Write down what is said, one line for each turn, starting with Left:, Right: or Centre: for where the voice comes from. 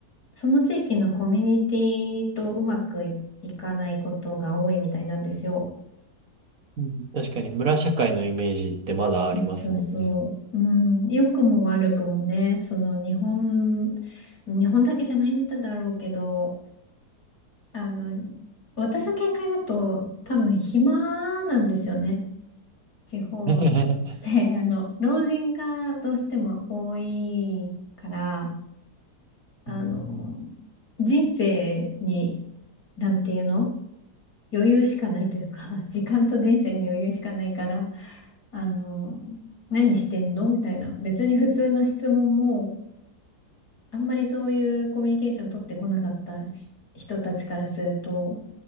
Left: その地域のコミュニティとうまくいいかないことが多いみたいなんですよ。
Right: うん確かに村社会のイメージってまだありますもんね。
Left: そうそうそう。うん、良くも悪くもね、その日本、日本だけじゃないんだろうけど、あの、私の見解だと多分暇なんですよね。地方
Right: <laughs>
Left: で、<laughs> あの、老人がどうしても多いから、あの、
Right: うんう
Left: 人生に、なんていうの余裕しかないというか、<laughs> 時間と人生に余裕しかないから、あの、何してんのみたいな。別に普通の質問も、あんまりそういうコミュニケーション取ってこなかったし人たちからすると、